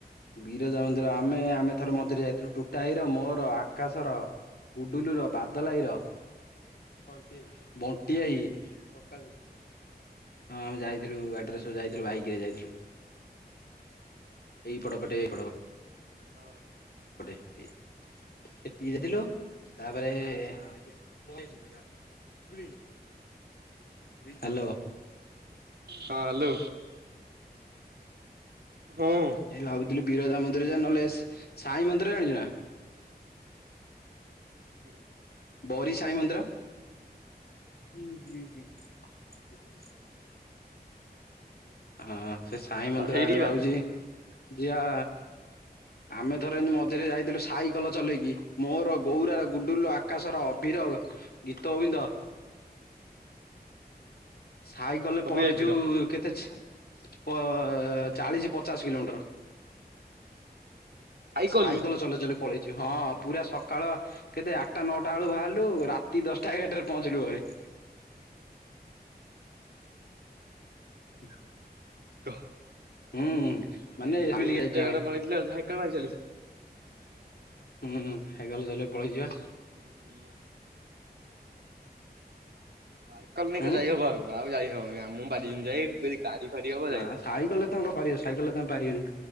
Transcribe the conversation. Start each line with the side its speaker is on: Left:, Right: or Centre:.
Left: ବିରଜା ମନ୍ଦିର ଆମେ ଆମେ ଥରେ ମଝିରେ ଯାଇଥିଲୁ ଟୁଟାଭାଇର ମୋର ଆକାଶର ଗୁଡୁଲୁର ବାଦଲ ଭାଇର ବଣ୍ଟି ଭାଇ ବଣ୍ଟି ଭାଇ ପ୍ରକାଶ ଭାଇ। ହଁ ଆମେ ଯାଇଥିଲୁ ଗାଡ଼ିରେ ସବୁ ଯାଇଥିଲୁ ବାଇକ୍ ରେ ଯାଇଥିଲୁ। ଏଇ ପଟ ପଟେ ଏଇ ପଟ
Right: ହଁ।
Left: ପଟେ ହେ ସେଟିକି ଯାଇଥିଲୁ ତାପରେ ହଁ ଆଜ୍ଞା ବଇଚି ଆଜ୍ଞା। <unintelligible> ହାଲୋ।
Right: ହଁ ହାଲୋ। ହଁ।
Left: ଏଇ ଭାବୁଥିଲି ବିରଜା ମନ୍ଦିର ଯିବା ନହେଲେ ସାଇ ମନ୍ଦିର ଜାଣିଚୁନା?
Right: ହୁଁ।
Left: ବରୀ ସାଇ ମନ୍ଦିର ହୁଁ <unintelligible> ହଁ ସେ ସାଇ
Right: ହଁ
Left: ମନ୍ଦିର
Right: ହେଇଠିବା
Left: ଆଡ଼େ ଭାବୁଚି ଯିବା। ଆମେ ଥରେ ଏମତି ମଝିରେ ଯାଇଥିଲୁ ସାଇକଲ ଚଲେଇକି ମୋର ଗୌରାର, ଗୁଡ଼ୁଲୁର, ଆକାଶର ଅଭିର ଗୀତଗୋବିନ୍ଦ ସାଇକେଲରେ
Right: ସବୁ
Left: ପଳେଇଛୁ
Right: ଯାଇଥିଲ
Left: କେତେ ପ ଚାଳିଶି ପଚାଶ କିଲୋମିଟର।
Right: ସାଇକଲରେ
Left: ସାଇକେଲ ଚଲେଇ ଚଲେଇ ପଳେଇଚୁ ହଁ ପୁରା ସକାଳ କେତେ ଆଠଟା ନଅଟା ବେଳୁ ବାହାରିଲୁ ରାତି ଦଶଟା ଏଗାରଟରେ ପହଞ୍ଚିଲୁ ଘରେ। <inaudible>
Right: କ
Left: ହୁଁ
Right: ଏଭାଇରେ
Left: ମାନେ ଯାଇଛୁ
Right: ଏତେ
Left: ଆମେ
Right: ବାଟା ପଳେଇଥିଲ ସାଇକଲ ମାରି ଚାଲି?
Left: ହୁଁ ସାଇକଲ ଚଲେଇ ପଳେଇଚିବା।
Right: ଉହୁଁ। ସାଇକେଲ ନେଇକି
Left: ହୁଁ
Right: ଯାଇହବ ଆଉ ଆଉ ଯାଇହବନି ଆମୁଁ ବାରିନ ଯାଇ ଯଦି ଗାଡି ଫାଡି ହବ ଯାଇ
Left: ନା
Right: ହବ।
Left: ସାଇକେଲରେ ତମେ କଣପାରିବ ସାଇକେଲ ତମେ ପାରିବନି